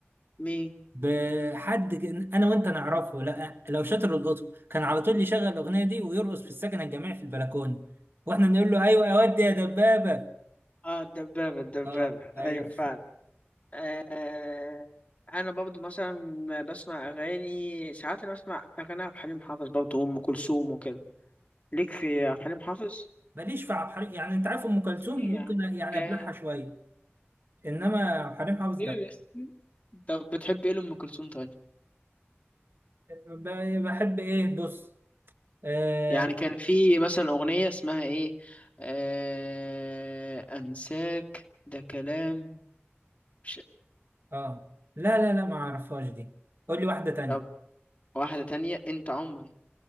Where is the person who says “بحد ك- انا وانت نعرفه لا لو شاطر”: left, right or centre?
Right